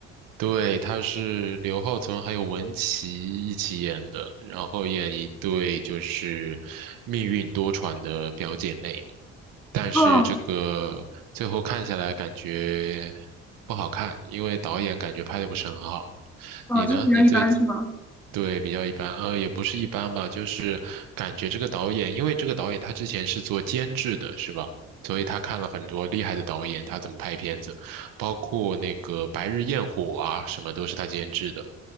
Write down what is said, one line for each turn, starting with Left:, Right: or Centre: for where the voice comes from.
Right: 对，他是刘浩存还有文淇一起演的，然后演一对就是命运多舛的表姐妹，但是这个最后看下来感觉
Centre: 哦，
Right: 不好看，因为导演感觉拍的不是很好。
Centre: 哦，
Right: 你呢？
Centre: 就是比较一般是吗？
Right: 你最对，比较一般，呃，也不是一般吧，就是感觉这个导演，因为这个导演他之前是做监制的，是吧？所以他看了很多厉害的导演，他怎么拍片子，包括那个《白日焰火》啊，什么都是他监制的。